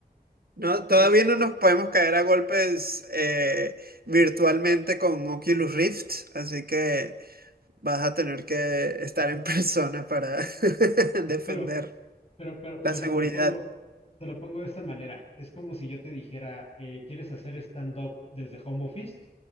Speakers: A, on the right; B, on the left.
A: No,
B: No,
A: todavía no nos podemos caer a golpes eh, virtualmente con Oculus Rift, así que vas a tener que estar en persona para <laughs> defender
B: pero Pero, pero,
A: la
B: pero
A: seguridad.
B: te lo pongo, te lo pongo de esta manera. Es como si yo te dijera, eh, ¿quieres hacer stand-up desde home office?